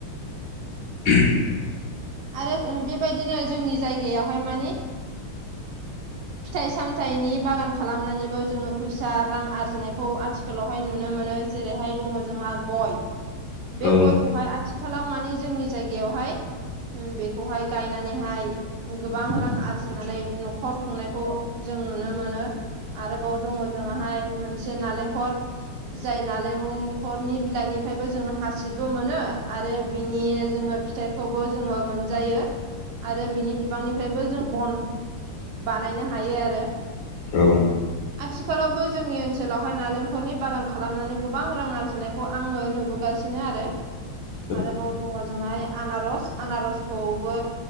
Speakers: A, on the left; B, on the right.
A: <unintelligible>
B: आरो बेबायदिनो जोंनि जायगायावहाय माने फिथाइ सामथाइनि बागान खालामनानैबो जोंङो फैसा रां आरजिनायखौ आथिखाल आथिखालावहाय नुनो मोनो जेरैहाय दंङो जोंहा गय बे
A: औ
B: गयखौहाय आथिखालाव माने जोंनि जायगायावहाय बेखौहाय गायनानैहाय गोबां रां आरजिनानै न'खर खुंनायखौ जों नुनो मोनो आरोबाव दंङो जों हाय मोनसे नालेंख खर जाय नालें न'खरनि बिलाइनिफ्रायबो जोंङो हासिबबो मोनो आरो बिनि जोंङो फिथाइ थ'बो जोंङो मोनजायो आरो बिनि बिबांनिफ्रायबो जों बन बानायनो हायो आरो
A: औ
B: आथिखालावबो जोंनि ओनसोलावहाय नालेंखलनि बागान खालामनानै गोबां रां आरजिनाय खौ आंङो नुबोगासिनो आरो
A: <inaudible>
B: आरोबाव दंङो जोंहाय आनारस आनारसखौबो